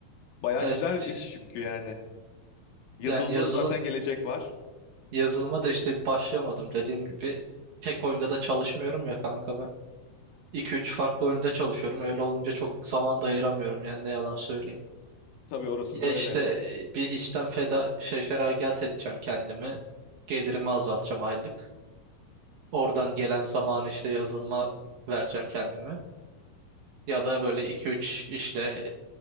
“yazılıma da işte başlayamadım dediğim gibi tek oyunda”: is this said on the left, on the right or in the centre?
Right